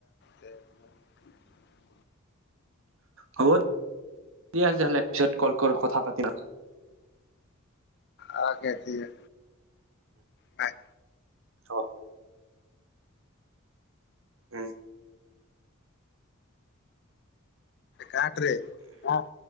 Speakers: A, on the left; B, on the right.
A: তে <unintelligible>
B: হ'ব দিয়া তেতিয়া হ'লে, পিছত কল কৰো কথা পাতি ল'।
A: অহ, কেতিয়া, নাই।
B: অহ। উম।
A: কটৰে অহ।